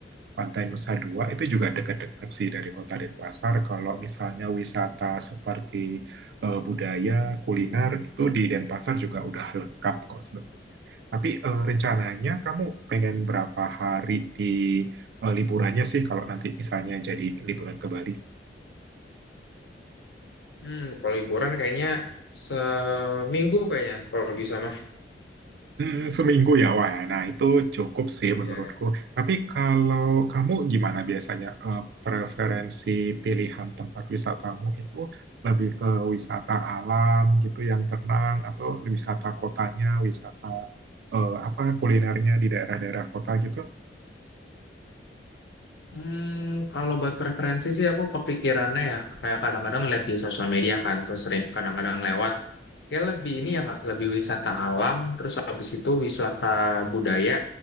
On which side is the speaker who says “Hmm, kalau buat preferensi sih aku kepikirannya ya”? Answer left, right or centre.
Left